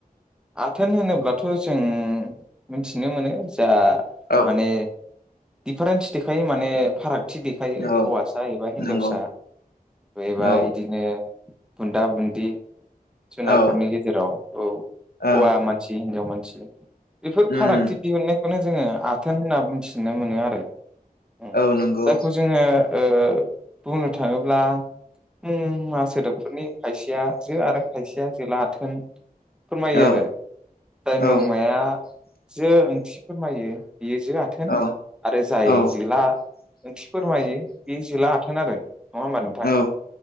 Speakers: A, in the centre; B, on the left.
A: आथोन होनोब्लाथ' जों मिथिनो मोनो। जा
B: औ
A: माने दिफारेन्स देखायो माने फाराग थि देखायो हौवासा
B: औ
A: एबा हिनजावसा
B: नंगौ
A: एबा
B: औ
A: इदिनो बुन्दा बुन्दि जुनारफोरनि
B: औ
A: गेजेराव औ
B: औ
A: हौवा मानसि हिनजाव मानसि बेफोर
B: उम
A: फारागथि दिहुननाय बेखौनो जोङो आथोन होनना मोनथिनो मोनो आरो। उम
B: औ नंगौ।
A: जायखौ जोङो ओ बुंनो थाङोब्ला मुंमा सोदोबफोरनि खायसेया जो आरो खायसेया जोला आथोन फोरमायो
B: औ
A: आरो जाय
B: औ
A: मुंमाया जो ओंथि फोरमायो बेयो जो आथोन थोन
B: औ
A: आरो जाय
B: औ
A: जोला ओंथि फोरमायो बे जोला आथोन आरो नङा होमबा नोंथां?
B: औ